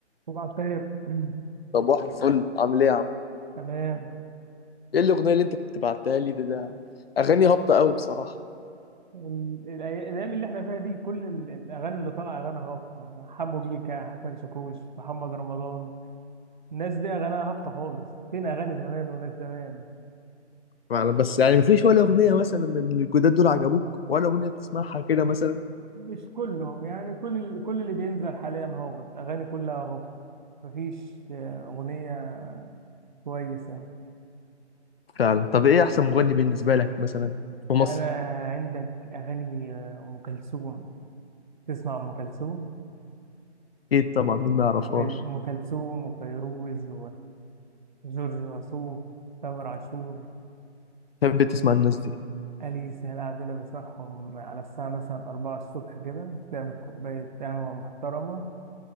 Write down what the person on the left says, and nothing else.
صباح الفل عامل ايه يا عم
ايه الاغنيه اللي انت كنت بعتها لي ده ده اغاني هابطه قوي بصراحه
أنا بس يعني مفيش ولا أغنية مثلا من الجداد دول عجبوك ولا أغنية بتسمعها كده مثلا
فعلا طب إيه أحسن مغني بالنسبة لك مثلا في مصر؟
أكيد طبعا مين ما يعرفهاش
تحب تسمع الناس دي